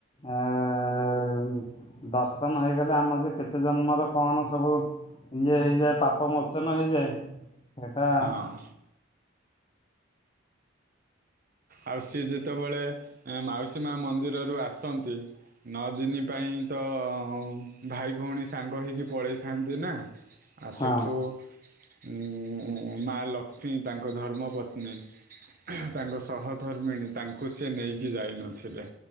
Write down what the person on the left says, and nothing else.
ଆ ଆ ଆ ଆ ଆ ଉ ଦର୍ଶନ ହେଇଗଲେ ଆମର ଯେ କେତେ ଜନ୍ମର କଣ ସବୁ ଇଏ ହେଇଯାଏ ପାପ ମୋଚନ ହେଇଯାଏ ହେଟା
ହଁ